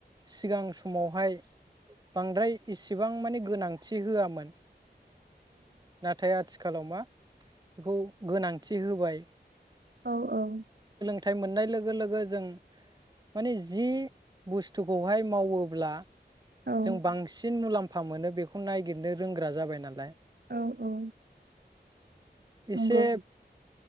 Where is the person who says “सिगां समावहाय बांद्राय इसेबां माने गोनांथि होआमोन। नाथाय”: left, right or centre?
Right